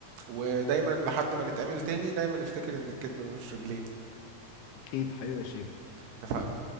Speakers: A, on the right (about 80°); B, on the left (about 80°).
A: ودايما لحد ما نتقابل تاني دايما افتكر إن الكدب ملوش رجلين
B: أكيد حبيبي يا شريف
A: اتفقنا